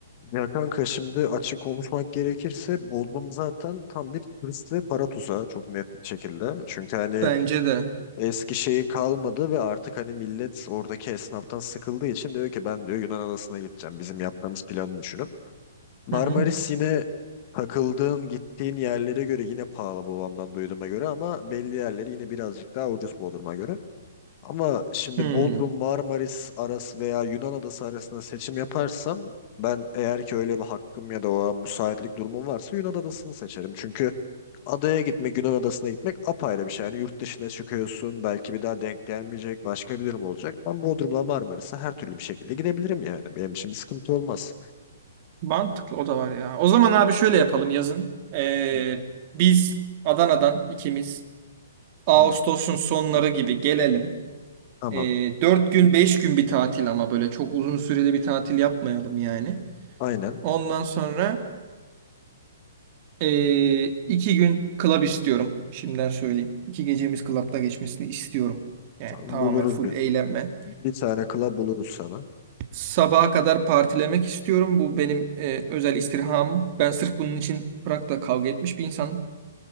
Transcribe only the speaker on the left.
Ya kanka şimdi açık konuşmak gerekirse Bodrum zaten tam bir turist ve para tuzağı çok net bir şekilde. Çünkü hani
Eski şeyi kalmadı ve artık hani millet oradaki esnaftan sıkıldığı için diyor ki ben diyor Yunan adasına gideceğim bizim yaptığımız planı düşünüp. Marmaris
yine takıldığın gittiğin yerlere göre yine pahalı babamdan duyduğuma göre ama belli yerleri yine birazcık daha ucuz Bodrum'a göre. Ama şimdi
Bodrum, Marmaris arası veya Yunan adası arasında seçim yaparsam ben eğer ki öyle bir hakkım ya da o an müsaitlik durumum varsa Yunan adasını seçerim. Çünkü Adaya gitmek, Yunan adasına gitmek apayrı bir şey. Yani yurt dışına çıkıyorsun, belki bir daha denk gelmeyecek, başka bir durum olacak. Ben Bodrum'la Marmaris'e her türlü bir şekilde gidebilirim yani. Benim için bir sıkıntı olmaz.
Hı
hı.
Tamam,
aynen.
Tamam,
Buluruz
bir,
bir tane club buluruz sana.